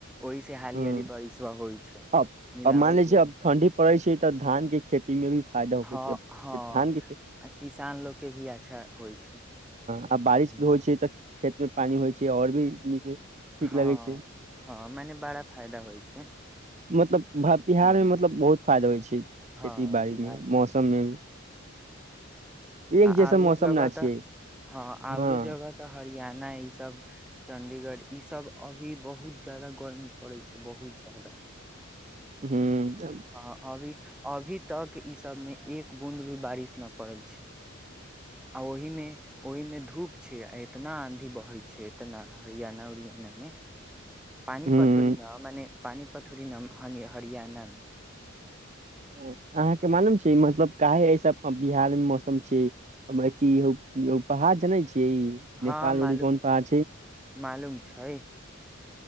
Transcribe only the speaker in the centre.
ओहि से हाली
हाली बारिश होइ छै
मिलाबै
अहाँ।
हाँ
हाँ
किसान लोक के भी अच्छा होइ छै
हम्म,
हँ
हँ मने बड़ा फायदा होइ छै
हम्म,
हँ
बिहार
आ
आओरो
जगह
तऽ हँ
आओरो जगह तऽ हरियाणा ई सब चण्डीगढ़ ई सब अभी बहुत जादा गर्मी पड़े छै बहुत जादा
हँ अभी अभी तक इस सब मे एक बूद भी बारिश न पड़ै छै आ ओहिमे ओहिमे धूप छै इतना आँधी बहै छै एतना हरियाणा उरियाना मे पानी
पथरी न मने पानिपथुररी नम ह हरियाणा
हँ
मालूम
मालूम छै